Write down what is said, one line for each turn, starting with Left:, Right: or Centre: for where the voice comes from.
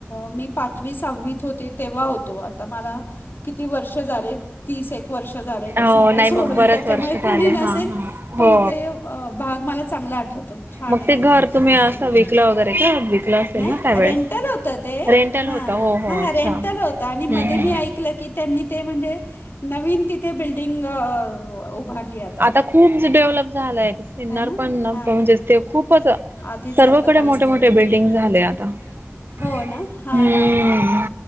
Left: मी पाचवी सहावीत होते तेव्हा होतो, आता मला किती वर्ष झाले, तीस एक वर्ष झालेलेय सिन्नर
Right: हो नाही
Left: सोडून
Right: मग बरेच
Left: ह्ह त्याच च्यामुळे
Right: वर्ष
Left: कुणी
Right: झाले
Left: नसेल,
Right: हा हा
Left: पण
Right: हो
Left: ते भाग मला चांगला आठवतं. छानये
Right: मग घर
Left: ते तिथे
Right: तुम्ही असं
Left: <inaudible> सिन्नर,
Right: विकलं वगैरे का विकलं असेल
Left: नाही
Right: ना त्यावेेळेस
Left: रेंटल होतं ते
Right: रेंटल
Left: हा
Right: होतं हो हो
Left: हा,
Right: अच्छा
Left: रेंटल
Right: हम्म
Left: होतं आणि मधे
Right: हम्म
Left: मी ऐकलं की त्यांनी ते म्हणजे, नवीन तिथे बिल्डिंगअ अ उभारलीय आत
Right: आता खूप ज डेव्हलप झालंय, सिन्नर
Left: है ना
Right: पण,
Left: हां
Right: म्हणजेच
Left: म्हणजे
Right: ते खूपच
Left: खूप आता आधीसारखं
Right: सर्वकडे
Left: काहीच
Right: मोठे
Left: नाही
Right: मोठे
Left: डेव्हलप राहिलं
Right: बिल्डिंग
Left: झालं
Right: झाले आता.
Left: म्हणजे
Right: <inaudible> हंम्म,
Left: हो ना हां हां हां